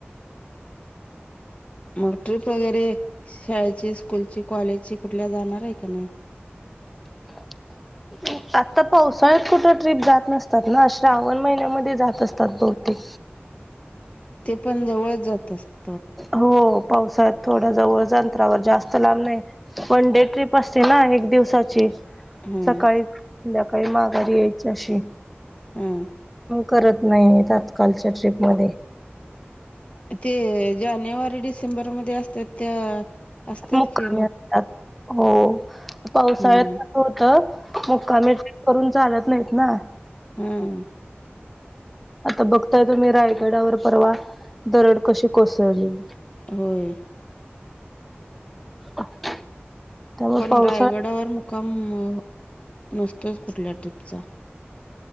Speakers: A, on the left; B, in the centre.
A: मग ट्रिप वगैरे शाळेची स्कूलची कॉलेजची कुठल्या जाणार आहे का नाही
B: <inaudible> आता पावसाळ्यात कुठं ट्र्रीप जात नसतात ना श्रावण महिन्यामध्ये जात असतात बहूतेक
A: ते पण जवळच जात असतं
B: हो पावसात थोड जवळ अंतरावर जास्त लांब नाही वन डे ट्रीप असते ना एक दिवसाची
A: हम्म
B: सकाळी संध्याकाळी माघारी यायची अशी
A: हा
B: करत नाही तातकालच्या ट्रीपमध्ये
A: ते जानेवारी डिसेंबरमध्ये असतात त्या असतात
B: मुक्कामी
A: की
B: असतात हो पावसाळ्यात
A: हम्म
B: होत मुक्कामी करून चालत नाहीत ना
A: हम्
B: आता बघताय तुम्ही रायगडावर परवा दरड कशी कोसळली
A: होय.
B: <inaudible> त्यामुळे
A: पण
B: पावसाळ्यात
A: रायगडावर मुक्काम अ नसतोच कुठल्या ट्रीपचा.